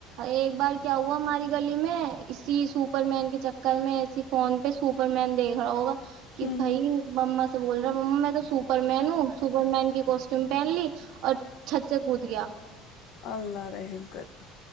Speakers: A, on the right; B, on the left.
A: ایک بار کیا ہوا ہماری گھر دلی میں اسی سپر مین کے چکر میں اسی فون پہ سپر مین دیکھ رہا ہوگا کہ
B: ہوں
A: بھائی مما سے بول رہا مما میں تو سپر مین ہوں سپر مین کی کو چمپی آین لی اور چھت سے کود گیا
B: ہ اللہ رحم کرے